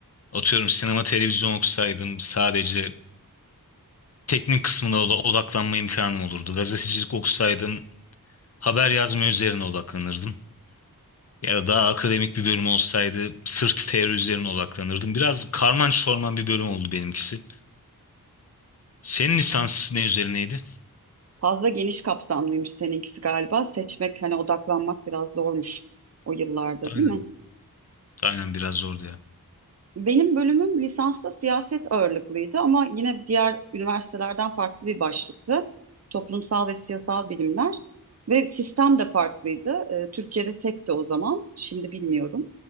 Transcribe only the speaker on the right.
fazla geniş kapsamlıymış seninkisi galiba. Seçmek, hani odaklanmak biraz zormuş o yıllarda,
değil mi?
Benim bölümüm lisansta siyaset ağırlıklıydı ama yine diğer üniversitelerden farklı bir başlıktı. Toplumsal ve siyasal bilimler ve sistem de farklıydı. Ee, Türkiye'de tekti o zaman, şimdi bilmiyorum.